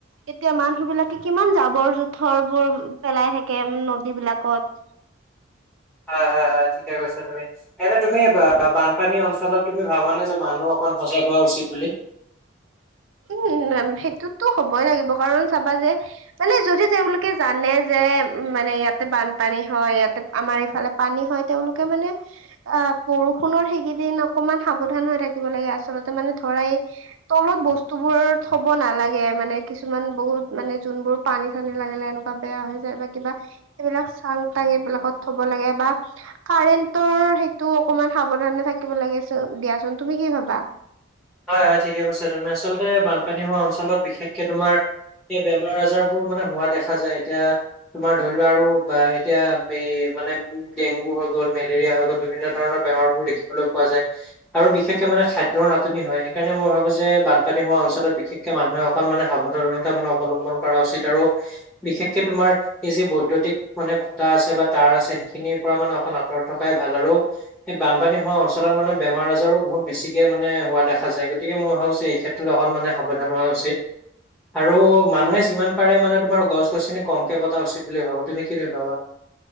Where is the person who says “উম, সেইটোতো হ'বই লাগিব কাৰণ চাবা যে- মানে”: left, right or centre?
Right